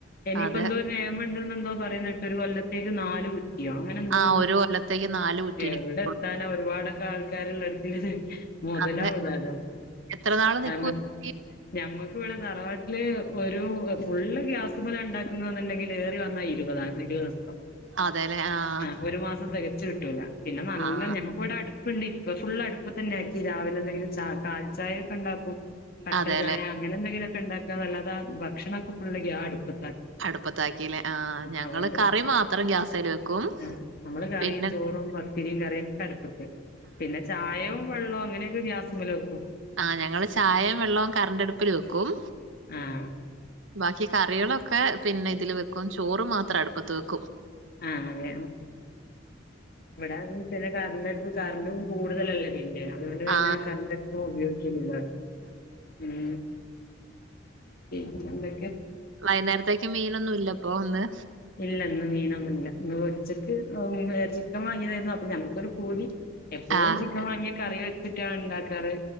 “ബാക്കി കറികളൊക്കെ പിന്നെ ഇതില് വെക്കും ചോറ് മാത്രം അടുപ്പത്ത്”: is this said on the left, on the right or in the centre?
Right